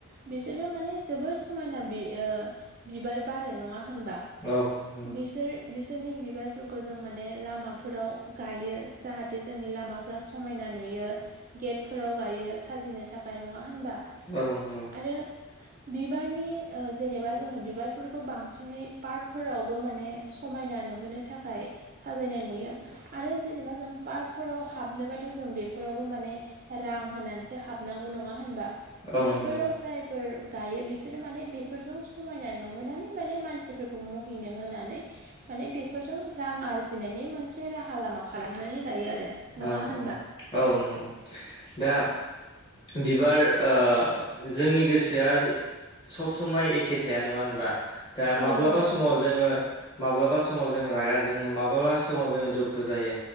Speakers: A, on the right; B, on the left.
A: बिसोरो माने जोबोर समायना बि ओ बिबार बारो नङा होनबा
B: औ नंगौ
A: बिसोर बिसोरनि बिबारफोरखौ जों माने लामाफोराव गायो जाहाथे जोंनि लामाफ्रा सु खमायना नुयो गेटफोराव गायोस साजिनो थाखाय नङा होनबा
B: औ नंगौ
A: आरो बिबारनि ओ जेनेबा जोङो बिबारफोरखौ बांसिनै पार्कफोरावबो माने सु खमायना नुहोनो थाखाय साजायनाय नुयो। आरो जेनेबा जों पार्कफोराव हाबनोबाथ' जों बेफोरावबो माने रां होनानैसो जो हाबनांगौ नङा होनबा
B: औ
A: बेफोराव
B: नंगौ
A: जायफोर गायो बिसोरो माने बेफोरजों समायना नुहोनानै माने मानसिफोरखौ महिनो होनानै माने बेफोरजों रां आरजिनायनि मोनसे राहा लामा खालामनानै लायो आरो। नङा
B: औ
A: होनबा
B: औ औ नंगौ दा बिबार ओ जोंनि गोसोआ सब समाय एखे थाया नङा होनबा दा
A: औ
B: माब्लाबा
A: नंगौ
B: समाव
A: नंगौ
B: जोङो माब्लाबा समाव जोङो रागा जोङो माब्लाबा समाव जोङो दुखु जायो,